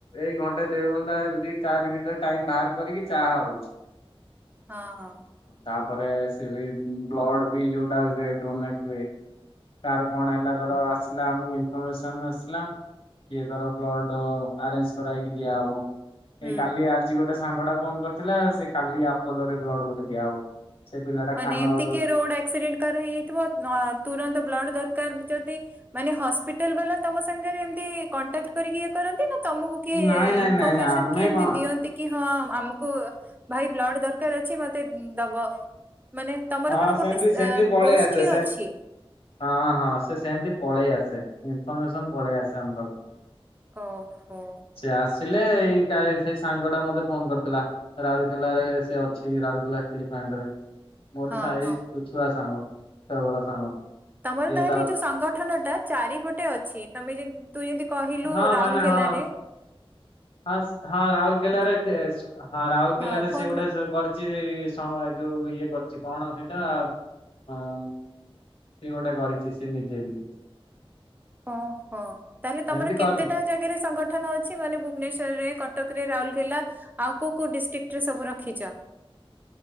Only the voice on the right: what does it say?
ହଁ -ହଁ।
ହୁଁ।
ମାନେ
ଏମିତି କିଏ ରୋଡ୍ ଆକ୍ସିଡେଣ୍ଟ୍ କାର ହେଇଯାଇଥିବ ନ- ତୁରନ୍ତ ବ୍ଲଡ୍ ଦରକାର୍ ଯଦି ମାନେ ହସ୍ପିଟାଲ୍ ବାଲା ତମ ସାଙ୍ଗେରେ ଏମତି କଣ୍ଟାକ୍ଟ୍ କରିକି ଇଏ କରନ୍ତି ନା ତମକୁ କିଏ
ଇନଫର୍ମେସନ୍
କିଏ ଏମତି
ଦିଅନ୍ତି କି ହଁ ଆମକୁ ଭାଇ ବ୍ଲଡ୍ ଦରକାର୍ ଅଛି ମତେ ଦବ ମାନେ ତମର
କଣ
ଗୋଟେ ସ୍-ଗୋଷ୍ଠୀ
ଅଛି?
ଓହୋ।
ହଁ
ହଁ।
ତମର
ତାହେଲେ
ଯଉ ସଂଗଠନ ଟା ଚାରିପଟେ ଅଛି ତମେ ଯେ ତୁ ଯେମିତି କହିଲୁ
ରାଉଲକେଲାରେ
ହଁ ଫୋନ
ଓହୋ ତାହେଲେ ତମର
କେତେଟା
ଜାଗାରେ ସଂଗଠନ ଅଛି। ମାନେ ଭୁବନେଶ୍ଵରରେ, କଟକ ରେ, ରାଉଲକେଲା ଆଉ କଉ କଉ ଡିଷ୍ଟ୍ରିକ୍ଟ୍ ରେ ସବୁ ରଖିଚ?